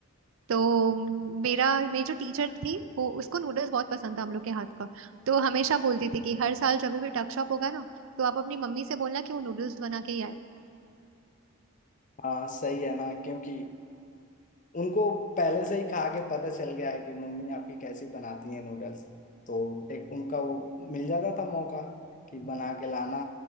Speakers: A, on the right (about 65°); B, on the left (about 35°).
A: तो म, मेरा मेरी जो टीचर थी वो उसको नूडल्स बहुत पसंद था हम लोग के हाथ का तो हमेशा बोलती थी कि हर साल जब भी टक शॉप होगा ना तो आप अपनी मम्मी से बोलना कि वो नूडल्स बना के ही आए
B: हाँ सही है ना क्योंकि उनको पहले से ही खा के पता चल गया है कि मम्मी आपकी कैसी बनाती है नूडल्स तो एक उनका वो मिल जाता था मौका कि बना के लाना